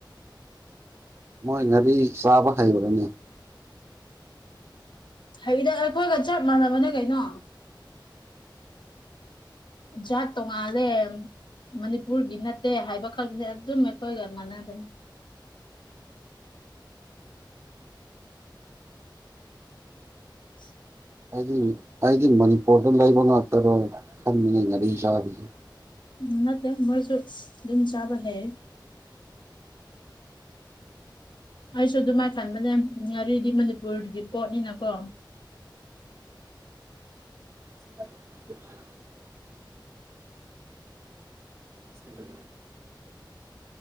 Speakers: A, on the right; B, on the left.
A: ꯃꯣꯏ ꯉꯥꯔꯤ ꯆꯥꯕ ꯍꯩꯕ꯭ꯔꯅꯦ
B: ꯍꯩꯗ ꯑꯩꯈꯣꯏꯒ ꯆꯞ ꯃꯥꯟꯅꯕꯅꯦ ꯀꯩꯅꯣ ꯖꯥꯠ ꯇꯣꯡꯉꯥꯜꯂꯦ ꯃꯅꯤꯄꯨꯔꯒꯤ ꯅꯠꯇꯦ ꯍꯥꯏꯕ ꯈꯛꯅꯦ ꯑꯗꯨꯝ ꯑꯩꯈꯣꯏꯒ ꯃꯥꯟꯅꯕꯅꯤ <inaudible>
A: ꯑꯩꯗꯤ ꯑꯩꯗꯤ ꯃꯅꯤꯄꯨꯔꯗ ꯂꯩꯕ ꯉꯥꯛꯇꯔꯣꯏ ꯈꯟꯕꯅꯤ ꯉꯥꯔꯤ ꯆꯥꯔꯤꯁꯦ
B: ꯎꯝ ꯅꯠꯇꯦ ꯃꯣꯏꯁꯨ ꯑꯗꯨꯝ ꯆꯥꯕ ꯍꯩ ꯑꯩꯁꯨ ꯑꯗꯨꯃꯥꯏꯟ ꯈꯟꯕꯅꯦ ꯉꯔꯤꯗꯤ ꯃꯅꯤꯄꯨꯔꯒꯤ ꯄꯣꯠꯅꯤꯅꯀꯣ
A: <unintelligible> <unintelligible>